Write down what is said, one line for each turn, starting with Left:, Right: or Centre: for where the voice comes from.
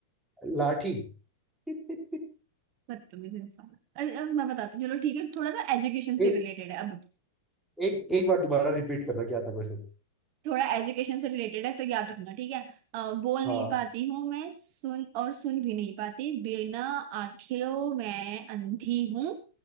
Centre: लाठी <laughs>
Right: बदतमीज इंसान अरे, अब मैं बताती हूँ चलो ठीक है थोड़ा ना एजुकेशन
Centre: एक
Right: से रिलेटेड है अब
Centre: एक एक बार दोबारा रिपीट करना क्या था क्वेश्चन
Right: थोड़ा एजुकेशन से रिलेटेड है तो याद रखना ठीक है अ, बोल
Centre: हाँ
Right: नहीं पाती हूँ मैं सुन और सुन भी नहीं पाती बिना आंखों मैं अंधी हूँ